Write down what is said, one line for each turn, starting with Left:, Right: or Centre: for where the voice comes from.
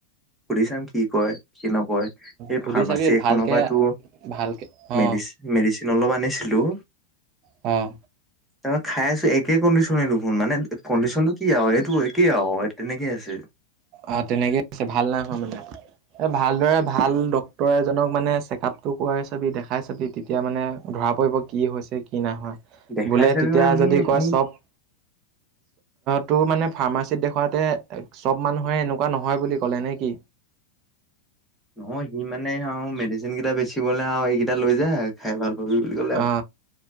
Centre: সুধি চাম, কি কয় কি নকয়। এই
Right: সুধি
Centre: ফাৰ্মাচী
Right: চাবি
Centre: এখনৰ
Right: ভালকে
Centre: পৰা তো
Right: ভালকে অ'
Centre: মেডি-মেডিচিন অলপ আনিছিলো।
Right: অঁ।
Centre: তাৰ পৰা খাই আছোঁ, একে কণ্ডিশনে দেখোন। মানে কণ্ডিশ্যনটো কি আও, এইটো একেই আও তেনেকে আছে।
Right: অ', তেনেকে আছে ভাল নাই হোৱা মানে। এ, ভালদৰে ভাল ডক ডক্তৰ এজনক মানে চেকআপটো কৰোৱাই চাবি, দেখাই চাবি। তেতিয়া মানে ধৰা পৰিব কি হৈছে, কি নাই হোৱা।
Centre: দেখাই
Right: বোলে
Centre: চাবি
Right: তেতিয়া
Centre: মানে মোৰ
Right: যদি কয়
Centre: মোৰ
Right: চব তোৰ মানে ফাৰ্মাচিত দেখুৱাতে চব মানুহে এনেকুৱা নহয় বুলি ক'লে নে কি?
Centre: নহয়, সি মানে আৰু মেডিচিন কেইটা বেচিবলে, আৰু এইকেইটা লৈ যায় খাই ভাল হবি বুলি কলে
Right: অ
Centre: আও।